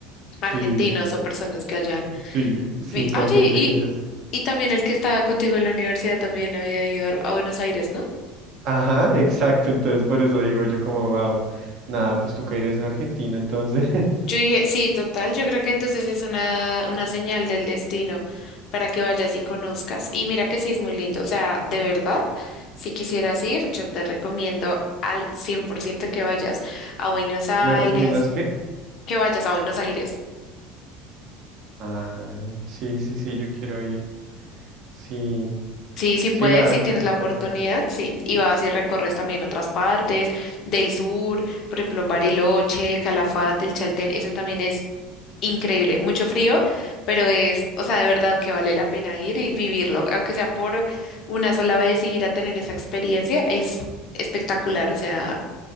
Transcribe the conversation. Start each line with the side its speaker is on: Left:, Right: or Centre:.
Left: argentinos
Right: sí,
Left: o personas que hayan.
Right: sí,
Left: vi-
Right: sí, con
Left: Oye,
Right: gente
Left: y,
Right: que ellos.
Left: y también el que estaba contigo en la universidad también había ido a a Buenos Aires, ¿no?
Right: Ajá, exacto, entonces por eso digo yo como, wow, nada, pues tú que eres de Argentina, entonces, <laughs>
Left: Yo dije, sí, total, yo creo que entonces es una, una señal del destino para que vayas y conozcas. Y mira que sí es muy lindo, o sea, de verdad, si quisieras ir, yo te recomiendo al 100% que vayas a Buenos Aires,
Right: ¿me recomiendas qué?
Left: que vayas a Buenos Aires.
Right: Ah, sí, sí, sí, yo quiero ir, sí,
Left: Sí, sí
Right: sí,
Left: puedes,
Right: la verdad,
Left: si tienes
Right: sí
Left: la
Right: toca.
Left: oportunidad, sí. Y vas y recorres también otras partes del sur, por ejemplo, en Bariloche, Calafate, el Chaltén, eso también es increíble. Mucho frío, pero es, o sea, de verdad que vale la pena ir y vivirlo, aunque sea por una sola vez y ir a tener esa experiencia, es espectacular, o sea,